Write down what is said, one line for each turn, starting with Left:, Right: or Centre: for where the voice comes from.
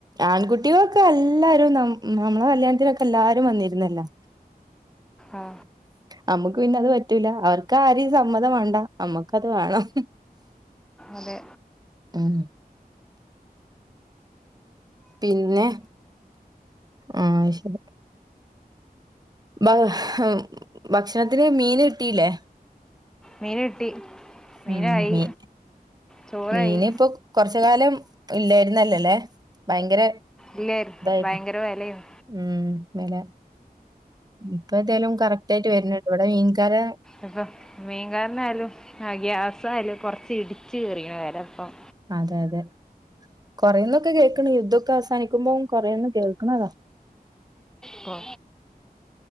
Right: ആൺകുട്ടികളൊക്കെ എല്ലാരും നമ്മ നമ്മളെ കല്യാൺത്തിനൊക്കെ എല്ലാരും വന്നിരുന്നല്ലോ
Centre: ആ
Right: നമുക്ക് പിന്നെ അത് പറ്റൂല അവർക്ക് ആരിം സമ്മതം വേണ്ട അമ്മക്കത് വേണം
Centre: അതെ
Right: ഉം പിന്നെ ആഹ് ശരി <unintelligible> ഭക്ഷണത്തിന് മീന് കിട്ടിയില്ലേ
Centre: മീന് കിട്ടി മീനായി
Right: ഉം ഇ
Centre: ചോറായി
Right: മീൻ ഇപ്പൊ കൊറച്ച കാലം ഇല്ലായിരുന്നല്ലല്ലേ ഭയങ്കര
Centre: ഇല്ല
Right: ഇതായിരുന്നു
Centre: ഭയങ്കര വിലയും
Right: ഉം വില ഇപ്പ എന്തായാലും കറക്റ്റ് ആയിട്ട് വരുന്നുണ്ട ഇവിടെ മീൻകാല
Centre: അപ്പം മീൻ കാരനായാലും ആ ഗ്യാസായാലും കുറച്ച് ഇടിച്ച് കയറിയണ വില അപ്പം
Right: അതെ അതെ കൊറെേന്നൊക്കെ കേൾക്കണ യുദ്ധമൊക്കെ അവസാനിക്കുമ്പോം കൊറേന്ന് കേൾക്കണതാ
Centre: പ്പോ